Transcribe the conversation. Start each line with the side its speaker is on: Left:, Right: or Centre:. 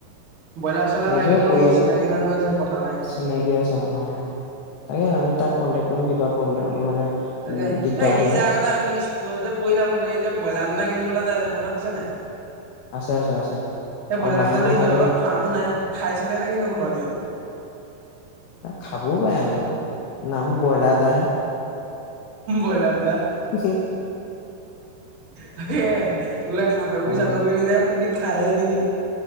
Right: ব্ৰইলাৰ চইলাৰ
Left: নিজৰে
Right: লাগিলেও
Left: পৰিয়াল,
Right: চিনাকি মানুহ আছে কথা নাই ইমান।
Left: চিনাকি আছা আহ। তাকে আমি তাক কণ্টেক কৰিম কিবা প্ৰব্লেম মানে।
Right: তাকে
Left: উম দিগদাৰ
Right: এই সি
Left: হলে
Right: যো আগতে আমি স্কুলত যে প়ি থাকো নে এই যে ব্ৰইলাৰ দিনা কিনিবলৈ। পায়ই যে মনত আছে নাই।
Left: আছে আছে আছে।
Right: সেই
Left: আৰু
Right: ব্ৰইলাৰ
Left: মাহে
Right: দাননাো
Left: মাহে
Right: সিহঁতৰ
Left: যে
Right: লগত ফাৰ্মো নাই খাইছিলে নে কিন্তু ঘৰৰত ইহতি।
Left: খাবও পাই আৰু, নামো বইলাৰ দাহে।
Right: বইলাৰ দ।
Left: হো।
Right: ত বোলে সান্দহগুৰি
Left: অ
Right: চান্দগুৰি নি নাই খুন্দি খাইহে নেকি?